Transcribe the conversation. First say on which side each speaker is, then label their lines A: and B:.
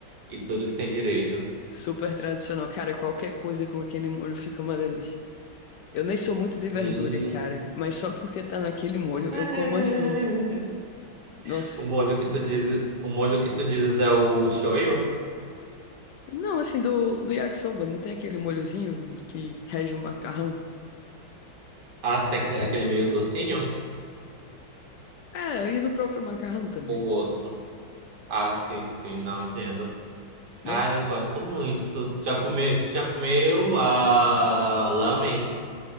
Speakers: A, on the right (about 60°); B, on the left (about 70°).
A: e tudo que tem direito.
B: Super tradicional. Cara, qualquer coisa com aquele molho fica uma delícia. Eu nem sou muito
A: Sim.
B: de verdura, cara. Mas só porque tá naquele molho,
A: <laughs>
B: eu como assim. Nossa.
A: O molho que tu dizes, o molho que tu dizes é o shoyu?
B: Não, assim, do, do yakisoba, não tem aquele molhozinho que rege o macarrão?
A: Ah, sim, aquele, aquele meio docinho?
B: É, e do próprio macarrão também.
A: Ou outro? Ah, sim, sim, não entendo. Cara,
B: Nossa,
A: eu gosto muito. Já comeu, já comeu a lamen?